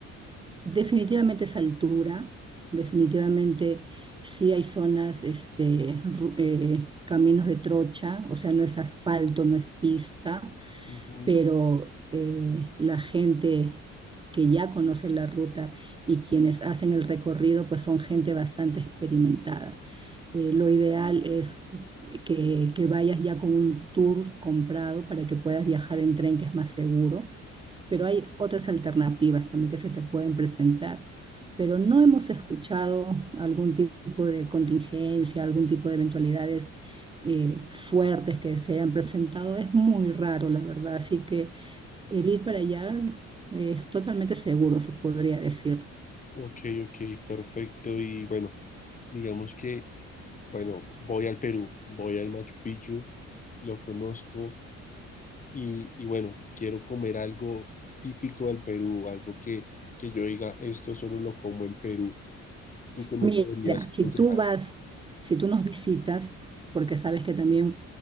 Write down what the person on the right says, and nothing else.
definitivamente esa altura, definitivamente sí hay zonas, este, ru- eh, caminos de trocha, o sea, no es asfalto, no es pista
pero eh, la gente que ya conoce la ruta y quienes hacen el recorrido, pues son gente bastante experimentada. Eh, lo ideal es que, que vayas ya con un tour comprado para que puedas viajar en tren, que es más seguro, pero hay otras alternativas también que se te pueden presentar. Pero no hemos escuchado algún tipo de contingencia, algún tipo de eventualidades eh, fuertes que se hayan presentado. Es muy raro, la verdad. Así que el ir para allá es totalmente seguro, se podría decir.
Mira,
si
tú vas, si tú nos visitas, porque sabes que también